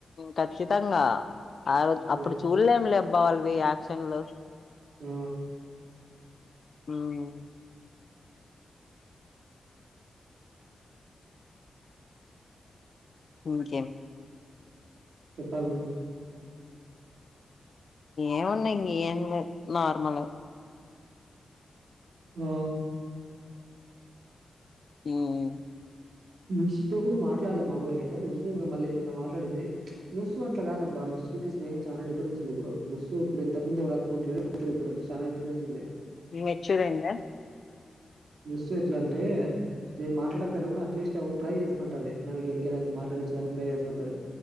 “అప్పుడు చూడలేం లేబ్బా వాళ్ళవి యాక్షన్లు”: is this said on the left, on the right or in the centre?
Left